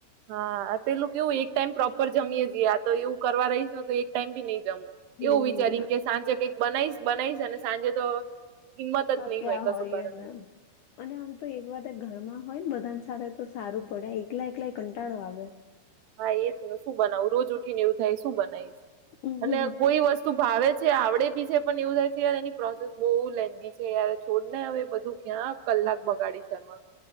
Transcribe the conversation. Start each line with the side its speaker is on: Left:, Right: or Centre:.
Right: હા, પેલું કેવું એક ટાઈમ પ્રોપર જમીએે જીએ આતો એવું કરવા રહીશ તો એક ટાઈમબી નઈ જમવું,
Left: હમ
Right: એવું વિચારીને કે સાંજે કઈક બનાઈશ બનાઈશ અને સાંજે તો હિંમત
Left: થાક્યા
Right: જ નહીં હોય કસું કરવાની,
Left: અને અને આમ તો એક વાતે ઘરમાં હોય બધાને સાથે તો સારું પડે એકલા એકલાય કંટાળો આવે.
Right: હા, એ શું બનાવું રોજ ઉઠી ને એવું થાય શું? બનાવીશ
Left: હમ.
Right: અને કોઈ વસ્તુ તું ભાવે છે આવડેબી છે પણ એવું થાય છે. યાર એની પ્રોસેસ બહુ લેન્ધી છેય છોડને હવે બધું ક્યાં, કલાક બગાડીશ એમાં